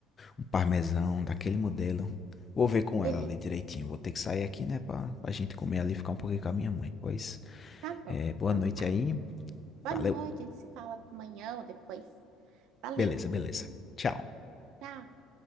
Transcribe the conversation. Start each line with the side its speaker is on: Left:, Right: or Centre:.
Left: um parmesão daquele modelo. Vou ver com
Right: beleza,
Left: ela ali direitinho. Vou ter que sair aqui, né, pra, pra gente comer ali e ficar um pouquinho com a minha mãe. Pois
Right: tá bom,
Left: É, boa
Right: então
Left: noite
Right: tá.
Left: aí.
Right: Boa
Left: Valeu.
Right: noite, a gente se fala amanhã ou depois. Valeu,
Left: Beleza, beleza. Tchau.
Right: tchau.